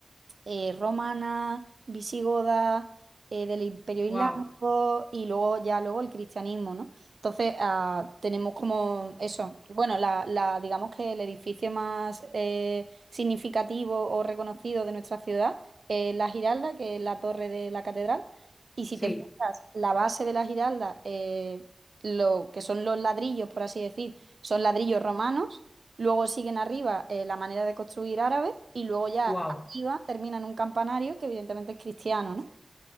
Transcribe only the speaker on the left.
Wow,
sí,
wow.